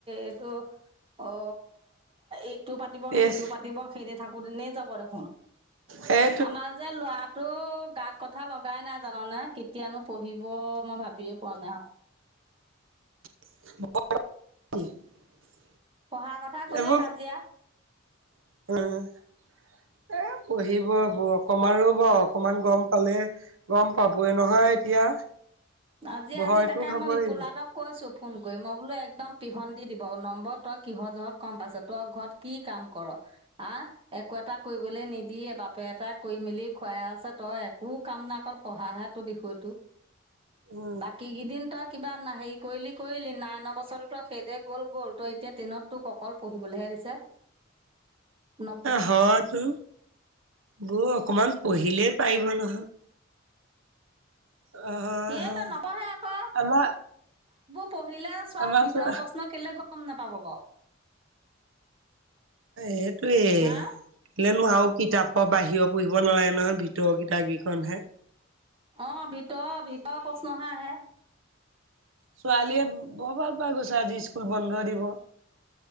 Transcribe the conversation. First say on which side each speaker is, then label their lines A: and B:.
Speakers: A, on the right (about 30°); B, on the right (about 75°).
A: এইটো অ', এইটো পাতিব,
B: ইয়েছ
A: সিটো পাতিব সেইদি থাকোঁতে দিনেই যাব দেখোন।
B: হে
A: আমাৰ যে, ল'ৰাটো গাত কথা লগাই নাই জাননে কেতিয়ানো, পঢ়িব মই ভাবিয়ে পোৱা‌ নাই।
B: <unintelligible>
A: পঢ়া কথা ক'লে
B: এইবোৰ
A: কাজিয়া।
B: অ', <unintelligible> পঢ়িব বৌ, অকমান ৰ'ব, অকমান গম পালে, গম পাবই নহয় এতিয়া।
A: আজি,
B: ভয়তো
A: আজি তাকে
B: খাব
A: মই বিপুল
B: লাগিব।
A: দা‌হঁতক কৈছোঁ ফোন কৰি মই বোলো একদম পিহন দি দিব নম্বৰ তই কিহৰ জহত কম পাইছ, তই ঘৰত কি কাম কৰ আ একো এটা কৰিবলৈ নিদিয়ে, বাপে এটা কৰি মেলি খুৱাই আছে তই একো কাম নাই অকল পঢ়াহে। টো, বিষয়টো
B: উম,
A: বাকী কিদিন তই কিবা হেৰি কৰিলি, কৰিলি নাইনৰ বছৰটো তই সেইদে গ'ল, গ'ল তই এতিয়া ট্ৰেইনত তোক অকল পঢ়িবলৈহে <unintelligible> নপঢ়ি
B: হয়তো, বৌ অকমান পঢ়িলেই পাৰিব নহয়। অ', হয়,
A: সেইটো
B: হয়,
A: নপঢ়ে আকৌ
B: আমাৰ
A: <unintelligible> পঢ়িলে চব
B: আমাৰ
A: ভিতৰৰ‌
B: চোৱা
A: প্ৰশ্ন কেলে গম নাপাব বাৰু।
B: হেটোৱেই।
A: হা
B: <unintelligible> আৰু কিতাপৰ বাহিৰৰ পঢ়িব নালাগে নহয়, ভিতৰৰ কিতাপ কেইখন হে।
A: অ', ভিতৰ-ভিতৰ প্ৰশ্নহে আহে।
B: ছোৱালীয়ে বৰ ভাল পাই গৈছে আজি স্কুল বন্ধ দিব।